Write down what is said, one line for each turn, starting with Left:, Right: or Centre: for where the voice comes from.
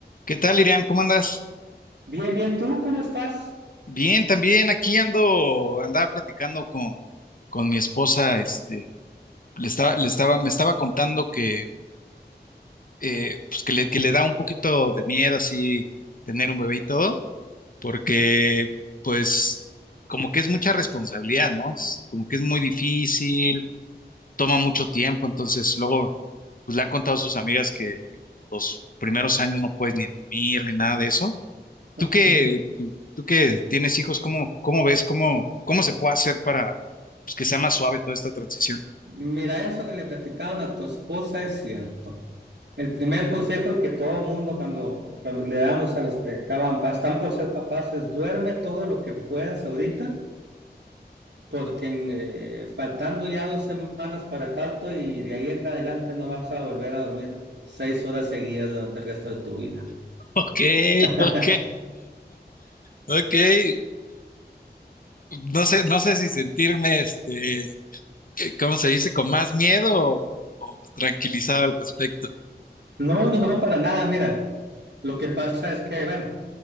Left: ¿Qué tal, Iriam? ¿Cómo andas?
Right: Bien, bien, ¿tú cómo estás?
Left: Bien, también aquí ando, andaba platicando con, con mi esposa, este, le estaba, le estaba, me estaba contando que, eh, pues que le, que le da un poquito de miedo así tener un bebé y todo, porque pues como que es mucha responsabilidad, ¿no? Es como que es muy difícil, toma mucho tiempo, entonces luego, pues le han contado a sus amigas que los primeros años no puedes ni dormir ni nada de eso.
Right: <laughs>
Left: Tú que, tú, tú que tienes hijos, ¿cómo, cómo ves, cómo, cómo se puede hacer para pues, que sea más suave toda esta transición? <laughs>
Right: Mira, eso que le platicaron a tu esposa es cierto. El primer consejo que todo mundo cuando, cuando le damos a los que acaban, están por ser papás, es duerme todo lo que puedas ahorita, porque en, eh, faltando ya dos semanas para el parto y de ahí en adelante no vas a volver a dormir seis horas seguidas durante el resto de tu vida.
Left: Ok,
Right: <laughs>
Left: ok, ok. Eh, no sé, no sé si sentirme, este, ¿qué- ¿cómo se dice? ¿Con más miedo o, o tranquilizado al respecto?
Right: No, no, no, para nada. Mira, lo que pasa es que, bueno,